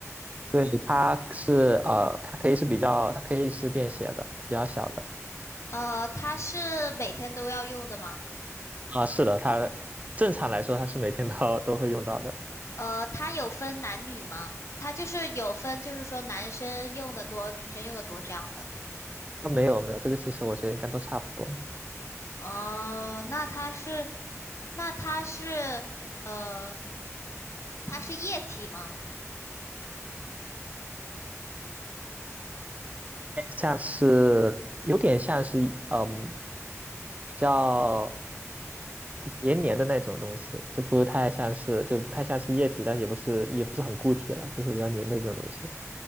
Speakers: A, on the right; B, on the left.
A: 对，它是呃，它可以是比较，它可以是便携的，比较小的。
B: 呃，它是每天都要用的吗？
A: 啊，是的，它正常来说它是每天都 <laughs> 都会用到的。
B: 呃，它有分男女吗？它就是有分，就是说男生用的多，女生用的多这样的。
A: 啊，没有没有，这个其实我觉得应该都差不多，
B: 哦，那它是，那它是，呃，它是液体吗？
A: 像是有点像是嗯比较黏黏的那种东西，就不太像是就不太像是液体，但是也不是也不是很固体了，就是比较黏的那种东西。